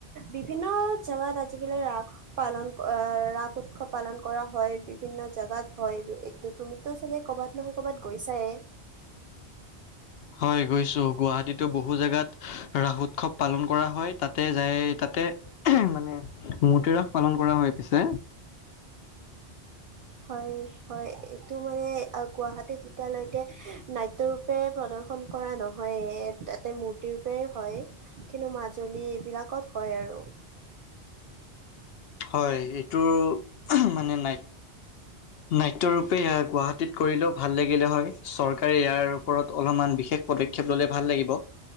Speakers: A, on the right; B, on the left.
A: বিভিন্ন জোগাত আজিকালি ৰাস পালন আহ ৰাস উৎসৱ পালন কৰা হয় বিভিন্ন জাগাত হয় এইটো তুমিতো চাগে কৰবাত নহয় কৰবাত গৈছায়ে।
B: হয়। গৈছো গুৱাহাটীতো বহু জেগাত। ৰাস উৎসৱ পালন কৰা হয় তাতে যাই তাতে মানে মূৰ্তি ৰাস পালন কৰা হয় পিছে,
A: হয় হয় এইটো মানে গুৱাহাটীত এতিয়ালৈকে নাট্য়ৰূপে, প্ৰদৰ্শন কৰা নহয়। তাতে মূৰ্তিৰ পৰাই হয় কিন্তু মাজুলী এইবিলাকত হয় আৰু,
B: হয় এইটো মানে ন নাট্যৰূপে গুৱাহাটীত কৰিলেও ভাল লাগিলে হয় চৰকাৰে ইয়াৰ ওপৰত অলপমান বিশেষ, পদক্ষেপ ল'লে ভাল লাগিব।